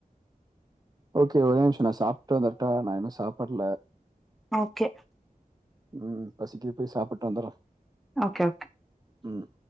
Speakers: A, on the right (about 25°); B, in the centre.
A: ஓகே ஒரே நிமிஷம் நான் சாப்பிட்டு வந்தரட்டா நான் இன்னும் சாப்பிடல
B: ஓகே
A: உம் பசிக்குது போய் சாப்பிட்டு வந்துருறேன்
B: ஓகே ஓகே
A: <unintelligible> உம்